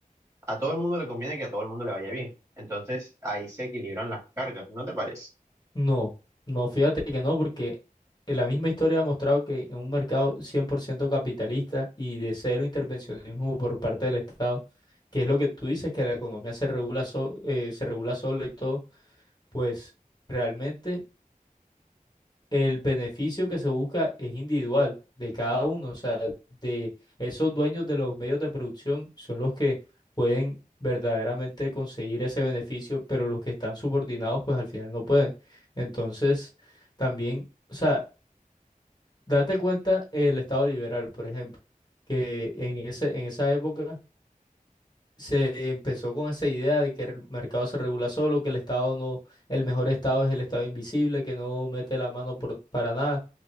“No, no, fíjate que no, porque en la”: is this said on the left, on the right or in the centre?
Left